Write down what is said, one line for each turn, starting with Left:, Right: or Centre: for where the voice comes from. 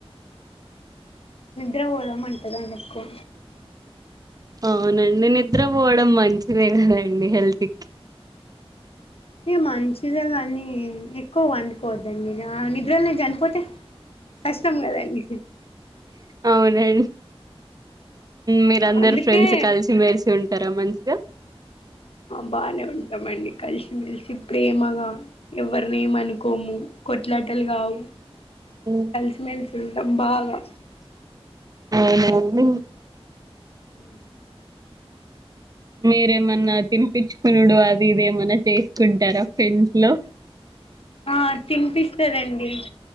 Left: నిద్ర పోదమంటంది ఆమె ఎక్కువ
Right: అవునండి నిద్రపోవడం మంచిదే కదండి హెల్త్కి
Left: ఇగ మంచిదే కానీ ఎక్కువ వండుకోవద్దండి ఆ నిద్రలనే చనిపోతే కష్టం కదండి
Right: అవునం మీర అందరు
Left: అందుకే
Right: ఫ్రెండ్స్ కలిసి మెలిసి ఉంటారా మంచిగా
Left: బాగానే ఉంటామండి కలిసి మెలిసి ప్రేమగా ఎవరిని ఏమ అనుకోము కొట్లాటలు కావు
Right: ఎ
Left: కలిసిమెలిసి ఉంటాం బాగా
Right: ఎమో అండీ
Left: ఏం
Right: మీరేమన్నా తినిపించుకున్నాడు అది ఇది ఏమన్నా చేసుకుంటారా ఫ్రెండ్స్ లో
Left: ఆ తినిపిస్తదండి